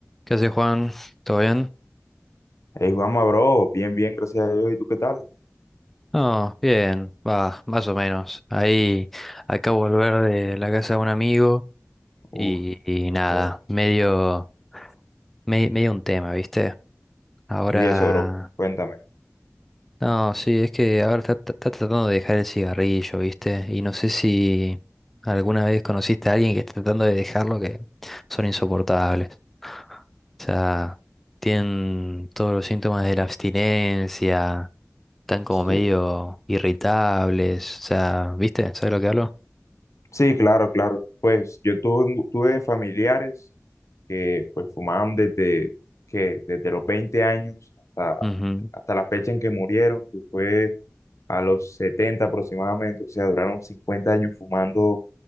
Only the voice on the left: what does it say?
Hey, Juanma, bro, bien, bien, gracias a Dios. ¿Y tú qué tal?
Uf,
bro.
Y eso, bro, cuéntame.
Sí,
sí, claro, claro. Pues yo tuve, tuve familiares que pues fumaban desde, que, desde los 20 años hasta,
hasta la fecha en que murieron, que fue a los 70 aproximadamente. O sea, duraron 50 años fumando